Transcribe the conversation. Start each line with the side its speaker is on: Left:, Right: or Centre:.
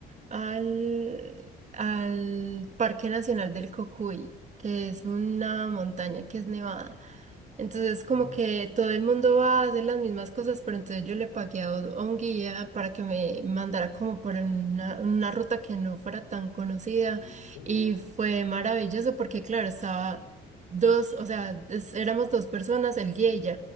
Right: al, al Parque Nacional del Cocuy, que es una montaña que es nevada. Entonces, como
Left: Wow.
Right: que todo el mundo va a hacer las mismas cosas, pero entonces yo le pagué a un a un guía para que me mandara como por una, una ruta que no fuera tan conocida
Left: Mm, qué
Right: y
Left: bien.
Right: fue maravilloso porque, claro, estaba dos, o sea, es- éramos dos personas, el guía y yo.